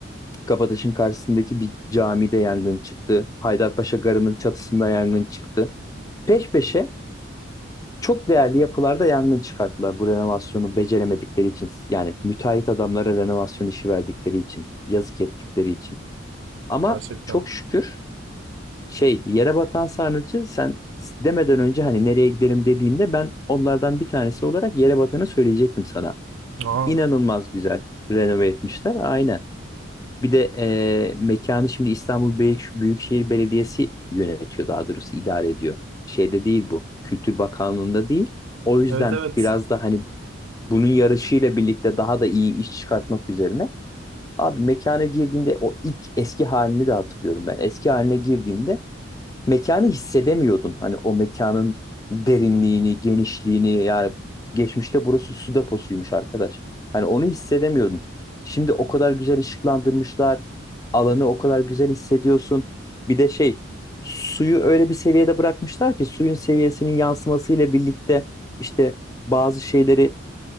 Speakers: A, on the left; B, on the right.
A: Kabataş'ın karşısındaki bir camide yangın çıktı. Haydarpaşa Garı'nın çatısında yangın çıktı. Peş peşe Çok değerli yapılarda yangın çıkarttılar bu renovasyonu beceremedikleri için. Yani müteahhit adamlara renovasyon işi verdikleri için, yazık ettikleri için. Ama
B: Gerçekten.
A: çok şükür şey yere batan sarnıcı sen demeden önce hani nereye gidelim dediğinde ben onlardan bir tanesi olarak yere batanı söyleyecektim sana.
B: Aa.
A: İnanılmaz güzel renove etmişler. Aynen. Bir de e, mekanı şimdi İstanbul Büyük, Büyükşehir Belediyesi yönetiyor daha doğrusu idare ediyor. Şeyde değil bu. Kültür Bakanlığı'nda değil. O yüzden
B: Evet evet.
A: biraz da hani bunun yarışıyla birlikte daha da iyi iş çıkartmak üzerine. Abi mekana girdiğinde o ilk eski halini de hatırlıyorum ben. Eski haline girdiğinde mekanı hissedemiyordun. Hani o mekanın derinliğini, genişliğini yani geçmişte burası su deposuymuş arkadaş. Hani onu hissedemiyordun. Şimdi o kadar güzel ışıklandırmışlar. Alanı o kadar güzel hissediyorsun. Bir de şey suyu öyle bir seviyede bırakmışlar ki suyun seviyesinin yansımasıyla birlikte işte bazı şeyleri